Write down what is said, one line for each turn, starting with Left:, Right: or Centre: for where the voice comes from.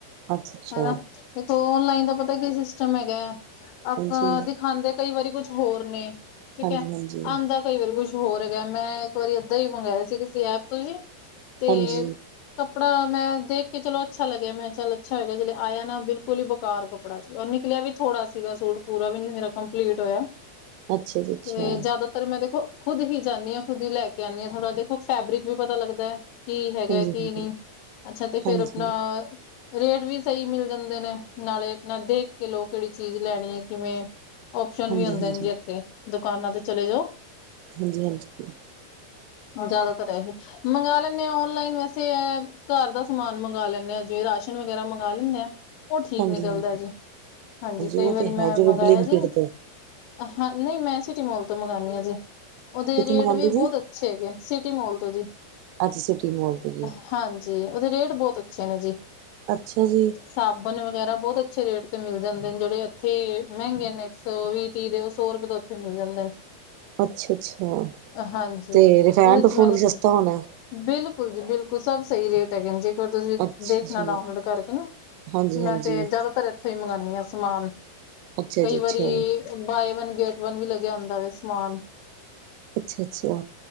Right: ਅੱਛਾ ਅੱਛਾ
Left: ਹਨਾ। ਦੇਖੋ ਔਨਲਾਈਨ ਦਾ ਪਤਾ ਕੀ ਸਿਸਟਮ ਹੈਗਾ ਹੈ, ਆਪਾਂ
Right: ਹਾਂਜੀ
Left: ਦਿਖਾਦੇ। ਕਈ ਵਾਰੀ ਕੁਛ ਹੋਰ ਨੇ ਠੀਕ
Right: ਹਾਂਜੀ
Left: ਹੈ,
Right: ਹਾਂਜੀ
Left: ਆਦਾ ਕਈ ਵਾਰੀ ਕੁਛ ਹੋਰ ਹੈਗਾ ਮੈਂ ਇੱਕ ਵਾਰੀ। ਓਦਾ ਵੀ ਮੰਗਵਾਆ ਸੀ, ਕਿਸੇ ਐਪ ਤੋਂ ਵੀ ਤੇ
Right: ਹਾਂਜੀ
Left: ਕੱਪੜਾ ਮੈਂ ਦੇਖ ਕੇ ਚਲੋ ਅੱਛਾ ਲੱਗਿਆ, ਮੈਂ ਚੱਲ ਅੱਛਾ ਹੇਗਾ ਜ ਆਇਆ ਨਾ ਬਿਲਕੁਲ ਹੀ ਬੇਕਾਰ ਕੱੜਾ ਕੱਪੜਾ ਜ ਨਿਕਲਿਆ ਵੀ ਥੋੜਾ ਸੀਗਾ, ਸੂ ਪੂਰਾ ਵੀ ਨੀ ਮੇਰਾ ਕੰਪਲੀਟ ਹੋਇਆ।
Right: ਅੱਛਾ ਜੀ ਅੱਛਾ
Left: ਤੇ ਜ਼ਿਆਦਾਤਰ ਮੈਂ ਦੇਖੋ, ਖੁਦ ਹੀ ਜਾਂਦੀ ਹਾਂ ਖੁਦ ਹੀ ਲੈ ਕੇ। ਕ ਆਂ ਥੋੜ੍ਹਾ ਦੇਖੋ ਫੈਬਰਿਕ ਵੀ ਪਤਾ ਲੱਗਦਾ ਹੈ। ਕੀ ਹੈਗਾ,
Right: ਹਾਂਜੀ
Left: ਕੀ
Right: ਹਾਂਜੀ
Left: ਨਹੀਂ ਅੱਛਾ ਤੇ ਫੇਰ
Right: ਹਾਂਜੀ
Left: ਆਪਣਾ ਰੇਟ ਵੀ ਸਹੀ ਮਿਲ ਜਾਂਦੇ, ਨੇ ਨਾਲੇ ਆਪਣਾ ਦੇਖ ਕੇ ਲੋ ਕਿਹੜੀ ਚੀਜ਼ ਲੈਣੀ ਹੈ ਕਿਵੇਂ। ਓਸ਼ਨ
Right: ਹਾਂਜੀ
Left: ਵੀ ਹੁੰਦੇ
Right: ਹਾਂਜੀ
Left: ਨੇ ਜੀ, ਇੱਥੇ ਦੁਕਾਨਾਂ ਤੇ ਚਲੇ ਜਾਓ।
Right: ਹਾਂਜੀ, ਹਾਂਜੀ,
Left: ਜ਼ਿਆਦਾਤਰ ਇਹ, ਮੰਗਵਾ ਲੈਂਦੇ ਹਾਂ ਔਨਲਾਈਨ ਵੈਸੇ ਘਰ ਦਾ ਸਮਾਨ ਮੰਗਵਾ, ਲੈਂਦੇ ਹਾਂ ਜੀਵੇ ਰਾਸ਼ਨ ਵਗੈਰਾ ਮੰਗਵਾ ਲੈਂਦੇ ਹਾਂ। ਉਹ ਠੀਕ
Right: ਹਾਂਜੀ
Left: ਨਿਕਲਦਾ
Right: ਹਾਂਜੀ
Left: ਜੀ ਹਾਂਜੀ, ਕਈ
Right: ਉਹ
Left: ਵਾਰੀ
Right: ਤੇ
Left: ਮੈਂ
Right: ਹੈ ਜਦੋਂ
Left: ਮੰਗਵਾਆ
Right: ਬਲਿੰਕਇਟ
Left: ਜੀ।
Right: ਤੋਂ
Left: ਹਾਂ ਨਹੀਂ ਮੈਂ ਸਿਟੀਮੋਲ ਤੋਂ ਮੰਗਵਾਣੀ ਹਾਂ ਜੀ, ਉਹਦੇ
Right: ਕਿੱਥੋਂ
Left: ਰੇਟ
Right: ਮੰਗਵਾਉਂਦੇ
Left: ਵੀ ਬਹੁਤ
Right: ਜੀ
Left: ਅ ਸੀਗੇ ਸਿਟੀ ਮੋਲ ਤੋਂ ਜੀ,
Right: ਅੱਜ ਸਿਟੀ ਮੋਲ ਤੋਂ ਜੀ,
Left: ਹਾਂਜੀ, ਉਹਦੇ ਰੇਟ ਬਹੁਤ ਅੱਛੇ ਨੇ ਜੀ।
Right: ਅੱਛਾ ਜੀ,
Left: ਸਾਬਣ ਵਗੈਰਾ ਬਹੁਤ ਅੱਛੇ ਰੇਟ ਤੇ ਮਿਲ ਜਾਂਦੇ ਨੇ, ਜਿਹੜੇ ਇੱਥੇ ਮਹਿੰਗੇ ਨੇ ਇੱਕ ਸੌ ਵੀਹ ਤੀਹ ਦੇ ਸੌ ਰੁਪਏ ਤੋਂ ਉਥੇ ਮਿਲ ਜਾਂਦੇ।
Right: ਅੱਛਾ, ਅੱਛਾ
Left: ਹਾਂਜੀ
Right: ਤੇ
Left: ਉਹਦੇ
Right: ਰਿਫੈਨ ਟੂਫੂਨ
Left: ਚ ਮੈਨੂੰ
Right: ਵੀ ਸਸਤਾ ਹੋਣਾ।
Left: ਬਿਲਕੁਲ ਜੀ ਬਿਲਕੁਲ ਸਭ ਸਹੀ ਰੇਟ ਹੈ ਐ ਜੀ। ਫੇਰ ਤੁਸੀਂ
Right: ਅੱਛਾ
Left: ਦੇਖਣਾ,
Right: ਜੀ
Left: ਡਾਊਨਲੋਡ ਕਰਕੇ ਨਾ
Right: ਹਾਂਜੀ-ਹਾਂਜੀ,
Left: ਮੈਂ ਤੇ ਜ਼ਿਆਦਾਤਰ ਇੱਥੋਂ ਹੀ ਮੰਗਾਨੀ ਆ ਸਮਾਨ।
Right: ਅੱਛਾ
Left: ਕਈ
Right: ਜੀ
Left: ਵਾਰੀ
Right: ਅੱਛਾ,
Left: ਬਾਏ ਵਨ ਗੇਟ ਵਨ ਵੀ ਲੱਗਿਆ, ਹੁੰਦਾ ਵ ਸਮਾਨ
Right: ਅੱਛਾ, ਅੱਛਾ,